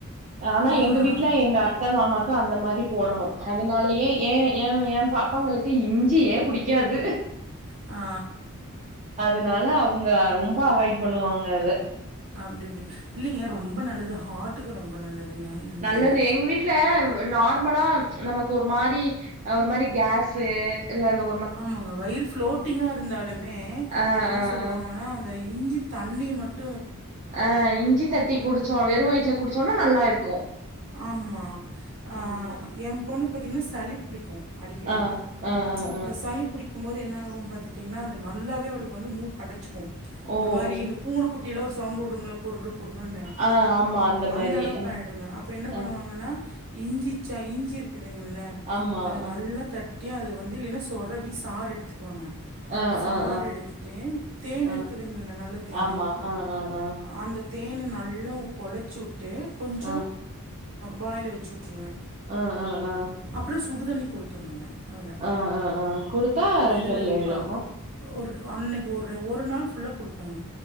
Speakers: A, on the right (about 35°); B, on the right (about 60°).
A: ஆனா
B: ஆ
A: எங்க
B: ஆ
A: வீட்ல எங்க அத்த மாமாக் அந்த மாரி போடணு அதனாலயே ஏ ஏ என் பாப்பாங்களுக்கு இஞ்சியே புடிக்காது
B: ஆ
A: அதுனால அவங்க ரொம்ப அவாய்ட் பண்ணுவாங்க அத
B: அப்டி எப்டி இல்லங்க
A: ஆம்
B: ரொம்ப நல்லது ஹாட்டுக்கு ரொம்ப நல்லதுங்க இஞ்சி
A: நல்லது எங்க வீட்ல நார்மலா நமக்கு ஒரு மாரி ஒரு மாரி கேஸ்சு இல்ல இந்த
B: ஆமாங்க வயிறு ஃபுளோட்டிங்கா இருந்தாலுமே
A: ஆ
B: என்ன
A: ஆ
B: சொல்வாங்கன்னா
A: ஆ
B: இந்த இஞ்சி தண்ணி மட்
A: ஆ இஞ்சி தட்டி குடிச்சா வெறு வய்த்ல குடிச்சோன்னா நல்லா இருக்கு
B: ஆம்மா அ
A: ஆமா
B: எ பொண்ணுக்கு பாத்தீங்னா சளி புடிக்கு அடிக்கடி
A: ஆ ஆ ஆ ஆ
B: அ சளி புடிக்க க்கும் போது என்ன ஆகு பாத்துடீங்கன்னா அது நல்லாவே அவளுக்கு வந்து மூக்கு அடச்சுக்கு
A: ஓ
B: ஒரு மாரி
A: செரி
B: இந்த பூனை கு குட்டி எல்லா ஒரு சவுண்ட் வுடுங்கல்ல குர்ரூ குர்ரூன்னு
A: ஆ ஆமா மாரி
B: அந்த அளவுக்கு
A: அ
B: ஆயிடுங்க அப்ப என்ன பாண்ணுவாங்கன்னா
A: அ
B: இஞ்சி இச் இஞ்சி இருக்குதுங்கல்லா
A: ஆமா
B: அத
A: அ
B: நல்லா தட்டி அப்டியே அது வந்து இல்லன்னா சொரவி சாறு எடுத்துக்குவங்க
A: அ
B: சாற்
A: அ அ
B: எடுத்துட்டு தேன்
A: அ
B: இருக்குதுங்கல்ல நல்ல தேனு
A: ஆமா அ அ அ அ
B: அந்த தேனு நல்லா கொழச்சு வுட்டு கொஞ்ச
A: அ
B: வாயிலா வச்சுட்ருவ
A: ஆ ஆ ஆ
B: அப்றொ சுடு தண்ணி குடுத்துர்ணுங்க அதுல
A: அ அ அ குடுத்தா
B: வெது
A: சரியாயிடு
B: வெதுப்பா ஒரு அன்னக்கி ஒரு ஒரு நாள் ஃபுல்லா குடுப்பங்க